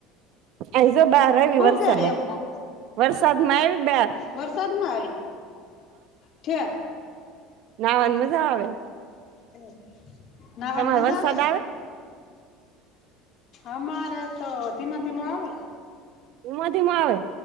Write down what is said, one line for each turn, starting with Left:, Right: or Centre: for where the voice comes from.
Right: એઝો બાર આવી
Left: હું
Right: વરસાદ
Left: કર એમ કો
Right: -- વરસાદમાં આવી બાર.
Left: વરસાદમાં આવી ઠેર
Right: નાવાની મજા આવે?
Left: એ નાવાની
Right: તમારે
Left: મજા
Right: વરસાદ
Left: આવે? અમારે તો ધીમે થી આવે.
Right: ધીમો ધીમો આવે